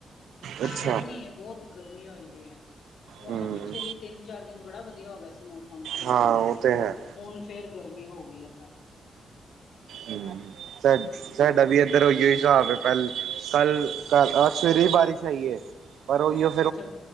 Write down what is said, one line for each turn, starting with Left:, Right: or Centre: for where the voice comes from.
Right: ਅੱਛਾ
Left: ਗਰਮੀ ਐ ਬੋਤ। ਗਰਮੀ ਹੋਈ ਦੀ ਐ। ਮੌਸਮ
Right: ਹਮ
Left: ਪਿੱਛੇ ਜੀ ਤਿੰਨ ਚਾਰ ਦਿਨ ਬੜਾ ਵਧੀਆ ਹੋ ਗਿਆ ਸੀ ਮੌਸਮ ਠੰਡਾ
Right: ਹਾਂ
Left: ਠੰਡਾ
Right: ਉਹ ਤੇ ਹੈ
Left: ਹੁਣ ਫੇਰ ਗਰਮੀ ਹੋ ਗਈ ਏਧਰ
Right: ਹਮ
Left: ਹਾਂਜੀ।
Right: ਸਾਡਾ ਵੀ ਏਧਰ ਉਈ ਹੋਈ <unintelligible> ਕੱਲ ਕੱ ਅੱਜ ਸਵੇਰੇ ਹੀ ਬਾਰਿਸ਼ ਆਈ ਏ ਪਰ ਓਇਓ
Left: ਅੱਛਾ।